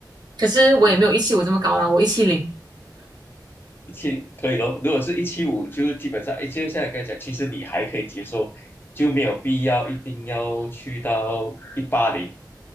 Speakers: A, on the right (about 65°); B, on the left (about 30°).
A: 可是我也没有一七五这么高啦，
B: 嗯，
A: 我一七零。
B: 一七可以咯。如果是一七五，就是基本上，哎，就现在跟你刚才讲，其实你还可以接受，就没有必要一定要去到一八零，